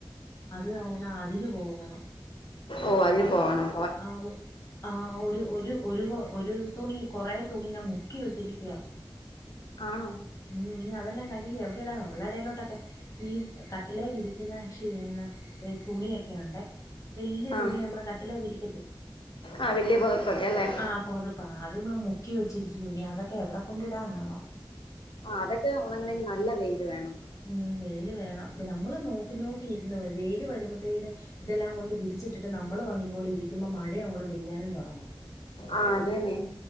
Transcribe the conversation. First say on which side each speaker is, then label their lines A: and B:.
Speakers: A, on the left (about 35°); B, on the left (about 80°).
A: അത് കാരണം അതിന് പോകണം
B: ഓഹ് അതിന് പോവണം
A: ആഹ് ആഹ് ഒരു ഒരു ഒരു ഒരു തുണി കുറെ തുണി ഞാൻ മുക്കി വെച്ചിരിക്കുവാ
B: ആണോ
A: ഉം ഇനി അതെല്ലാം കഴുകി എവിടെടാന ഉള്ളടയിലോട്ടൊക്കെ ഈ കട്ടിലെ വിരിക്കുന്ന ഷീ തുണിയൊക്കെയുണ്ട് വല്ല്യ തുണി
B: ആഹ്
A: നമ്മള് കട്ടില വിരി
B: ആഹ് വല്ല്യ പുതപക്കെ അല്ലേ
A: ആഹ് പുതുപ്പോ അത് മുക്കി വെച്ചിരിക്കുനേ അതൊക്കെ എവിടെ കൊണ്ടിടാനാണോ
B: ആഹ് അതൊക്കെ ഉണങ്ങണമെങ്കിൽ നല്ല വെയിൽ വേണം
A: ഉം വെയില് വേണം നമ്മള് നോക്കി നോക്കി ഇരുന്ന് വെയില് വരുമ്പോത്തേന് ഇതെല്ലാം കൊണ്ട് വിരിച്ചിട്ടിട്ട് നമ്മള് വന്ന് ഇങ്ങോട് ഇരിക്കുമ്പോ മഴയും അങ്ങോട്ട് പെയ്യാനും തുടങ്ങും
B: ആഹ് അതന്നെ